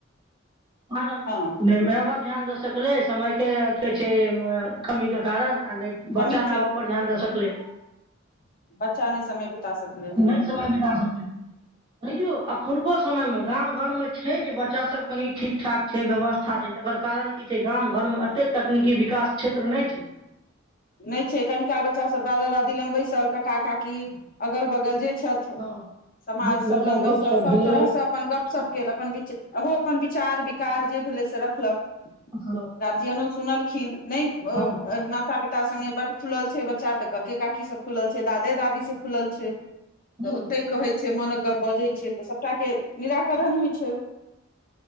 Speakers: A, on the right; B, on the left.
A: कारन
B: हँ
A: नै मए बाप ध्यान दे सकलै कले समयके कहै छै कमी के कारण आ नै बच्चा
B: कमी
A: मै
B: छै
A: बाप पर ध्यान दे सकलै
B: बच्चा नहि समय बिता सकलै हँ
A: नै समय बच्चा सभके तयौ अखुनको समयनमे गाम घरबमे छै जे बच्चा सभ कनि ठीक ठाक छै व्यवस्था अच्छा छै तकर कारण कि छै गाम घर मे एतेक तकनी कि विकास क्षेत्र नहि छै।
B: नइ छै कनि काल बच्चा सभ दादा दादी लंग बैसल काका काकी अगल बगल जे छथ।
A: हँ
B: समाज
A: नीक
B: सभ
A: बेजाय
B: लग बैसल
A: गपशप
B: सभ
A: भेलै
B: तरहसँ अपन गपशप केल अपन विच ओहो अपन विचार विकार जे भेलै से रखलकऽ
A: एखनक
B: गार्जियनो सुनलखिन्ह नै अ
A: हँ
B: आ ता संगे बड खुल छै बच्चा तै कके-काकी से खुलल छै, दादे दादी से खुलल छै। त
A: हुँ
B: ओतय कहै छै मौनक गप बजै छै तै सभटा के निराकरण होय छै।